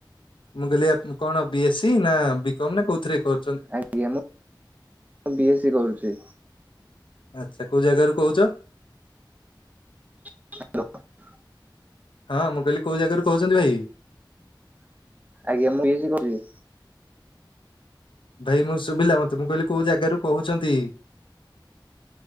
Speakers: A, on the left; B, on the right.
A: ମୁଁ କହିଲି କଣ ବିଏସି ନା ବିକମ୍ ନା କୋଉଥିରେ କ
B: ଆଜ୍ଞା ମୁଁ ମୁଁ ବିଏସି କରୁଚି।
A: ଆଚ୍ଛା। କୋଉ ଜାଗାରୁୁ କହୁଚ?
B: <unintelligible>
A: ହଁ, ମୁଁ କହିଲି କୋଉ ଜାଗାରୁ କହୁଛନ୍ତି ଭାଇ?
B: ଆଜ୍ଞା ମୁଁ ବିଏସି କରୁଚି।
A: ଭାଇ ମୁଁ ଶୁଭିଲା ମତେ। ମୁଁ କହିଲି କୋଉ ଜାଗାରୁ କହୁଛନ୍ତି?